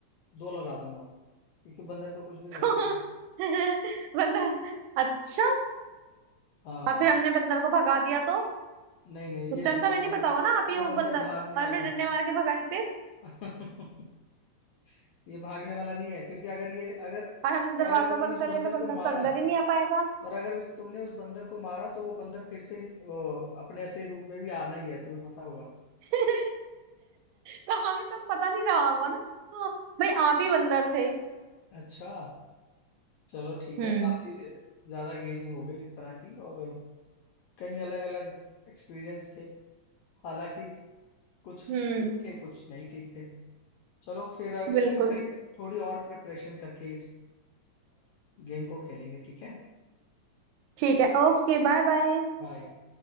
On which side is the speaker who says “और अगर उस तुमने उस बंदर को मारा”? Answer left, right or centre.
Left